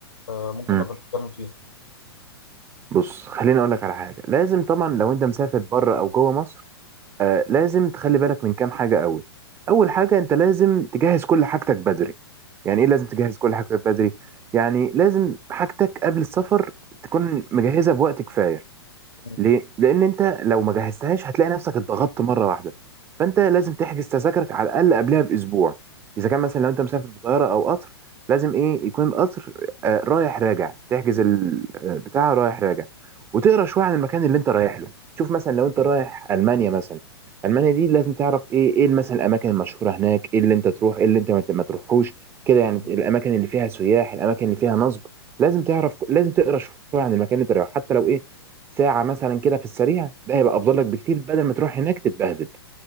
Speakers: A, on the left (about 75°); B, on the right (about 20°).
A: آه، ممكن
B: مم.
A: نبقى نتكلم فيها
B: بص خليني اقول لك على حاجه لازم طبعا لو انت مسافر بره او جوه مصر آه لازم تخلي بالك من كام حاجه قوي اول حاجه انت لازم تجهز كل حاجتك بدري يعني ايه لازم تجهز كل حاجتك بدري يعني لازم حاجتك قبل السفر تكون مجهزه بوقت كفايه
A: مم.
B: ليه؟ لأن أنت لو ما جهزتهاش هتلاقي نفسك اتضغطت مرة واحدة فأنت لازم تحجز تذاكرك على الأقل قبلها بأسبوع إذا كان مثلا لو أنت مسافر بطيارة أو قطر لازم إيه يكون القطر آه، رايح راجع تحجز البتاع رايح راجع وتقرا شوية عن المكان اللي أنت رايح له شوف مثلا لو أنت رايح ألمانيا مثلا ألمانيا دي لازم تعرف إيه إيه مثلا الأماكن المشهورة هناك إيه اللي أنت تروح إيه اللي أنت ما ت- ما تروحوش كده يعني
A: مم.
B: الأماكن اللي فيها سياح الأماكن اللي فيها نصب لازم تعرف لازم تقرا شوية عن المكان اللي أنت رايحه حتى لو إيه ساعة مثلا كده في السريع ده هيبقى أفضل لك بكتير بدل ما تروح هناك تتبهدل